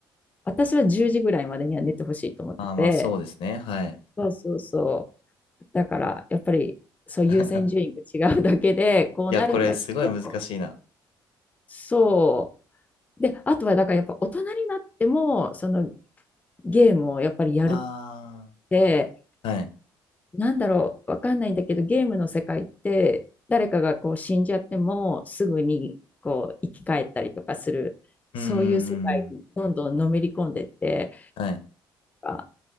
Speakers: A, on the left; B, on the left.
A: 私は10時ぐらいまでには寝てほしいと思ってて、
B: ああ、まあそうですね。はい。
A: そうそうそう。だから、やっぱり、
B: <laughs>
A: そう優先順位が違うだけで、こうなるんだけど、
B: いや、これすごい難しいな。
A: そう。で、あとは、だからやっぱ大人になっても、そのゲームをやっぱりやるっ
B: あ
A: て、
B: あ。はい。
A: なんだろう、わかんないんだけど、ゲームの世界って、誰かがこう死んじゃっても、すぐにこう生き返ったりとかする、そういう世界にどんどんのめり込んでって、
B: うんうんうんうん。はい。
A: あ、